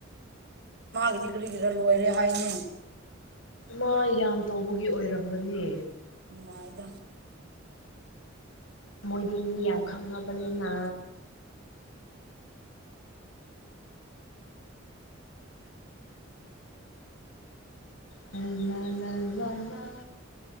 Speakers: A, on the right; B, on the left.
A: ꯃꯥꯒꯤꯗꯤ ꯀꯔꯤ ꯀꯔꯥ ꯂꯣꯏꯔꯦ ꯍꯥꯏꯅꯦ
B: ꯃꯥ ꯌꯥꯝ ꯇꯧꯕꯒꯤ ꯑꯣꯏꯔꯝꯒꯅꯤ
A: ꯅꯨꯡꯉꯥꯏ ꯑꯗꯨꯝ
B: ꯃꯣꯏꯗꯤ ꯃꯤ ꯌꯥꯝ ꯈꯪꯅꯕꯅꯤꯅ ꯂ ꯂ ꯂ ꯂꯥ ꯂ